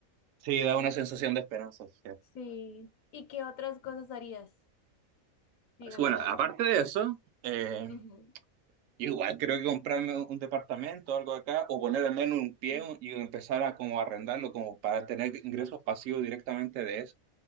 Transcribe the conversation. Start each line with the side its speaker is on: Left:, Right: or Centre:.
Right: Sí, da una sensación de esperanza, es cierto.
Left: Sí. ¿Y qué otras cosas harías si ganaras
Right: Bueno, aparte
Left: así?
Right: de eso... eh,
Left: Ujú,
Right: Yo igual creo que comprarme un un departamento o algo acá, o poner al menos un pie
Left: sí.
Right: y empezar a como arrendarlo, como para tener ingresos pasivos directamente de eso.